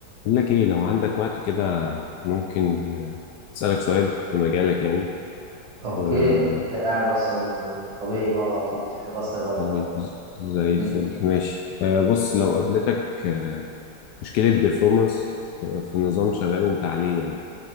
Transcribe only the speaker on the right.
اوكي
انا كده قاعد اصلا يعني طبيعي بقى على طول <laughs> بسهر الوقت
أوي.
مم.